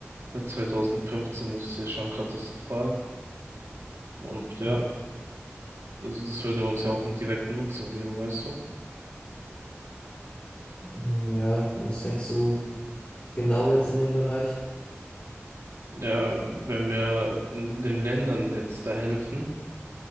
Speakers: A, on the right; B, on the left.
A: Seit 2015 ist es ja schon katastrophal. Und ja,
B: Ja,
A: also das würde uns ja auch einen direkten Nutzen geben, weißt du?
B: äh, ja, was denkst du genau jetzt in dem Bereich?
A: Ja, wenn wir in den Ländern jetzt da helfen,